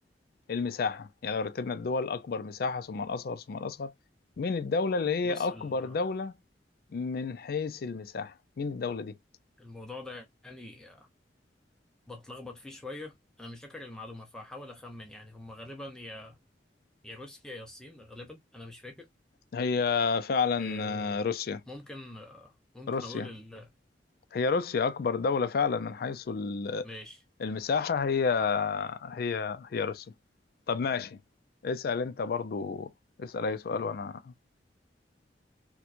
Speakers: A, on the left; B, in the centre.
A: المساحة يعني لو رتبنا الدول أكبر مساحة ثم الأصغر ثم الأصغر مين الدولة اللي هي
B: بص
A: أكبر
B: ال-
A: دولة من حيث المساحة مين الدولة دي
B: الموضوع ده يعني بتلخبط فيه شوية أنا مش فاكر المعلومة فهحاول أخمن يعني هم غالبا يا يا روسيا يا الصين غالبا أنا مش فاكر
A: هي فعلا
B: آه،
A: آه، روسيا
B: ممكن آه، ممكن
A: روسيا
B: أقول ال...
A: هي روسيا أكبر دولة فعلا من حيث ال-
B: ماشي
A: المساحة هي هي هي روسيا طب ماشي اسأل أنت برضو اسأل أي سؤال وأنا